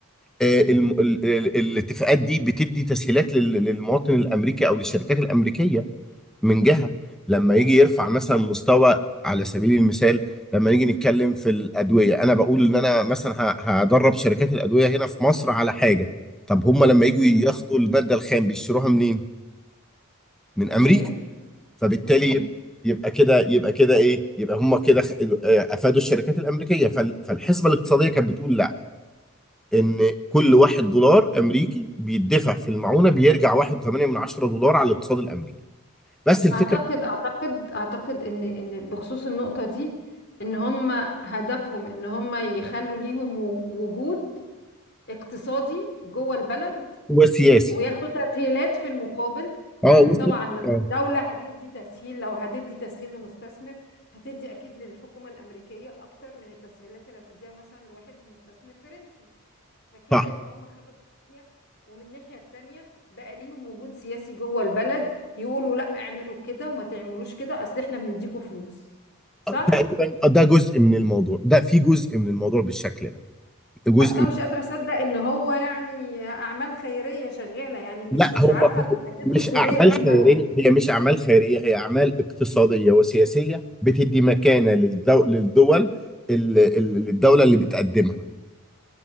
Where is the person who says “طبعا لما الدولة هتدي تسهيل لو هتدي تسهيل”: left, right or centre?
Left